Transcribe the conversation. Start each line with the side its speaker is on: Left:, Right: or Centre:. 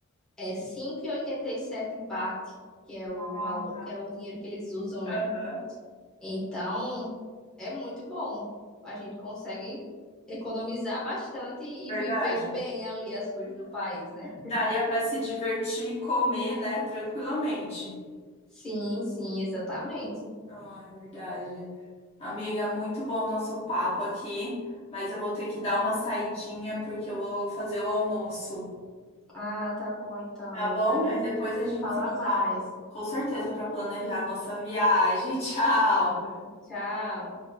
Centre: É cinco e oitenta e sete baht, que é o
Left: Ah,
Centre: valor, que é o dinheiro que eles usam, né?
Left: Aham,
Centre: Então, é muito bom. A gente consegue economizar bastante e
Left: Verdade.
Centre: viver bem ali as coisas do país, né?
Left: Daria pra se divertir e comer, né, tranquilamente.
Centre: Sim, sim, exatamente.
Left: Ah, é verdade. Amiga, muito bom o nosso papo aqui, mas eu vou ter que dar uma saidinha porque eu vou fazer o almoço,
Centre: Ah, tá bom então,
Left: tá
Centre: amigo.
Left: bom?
Centre: Vai
Left: Mas
Centre: lá
Left: depois a gente
Centre: falar
Left: se
Centre: mais.
Left: fala, com certeza, para planejar a nossa viagem. <laughs> Tchau!
Centre: Sim, tchau.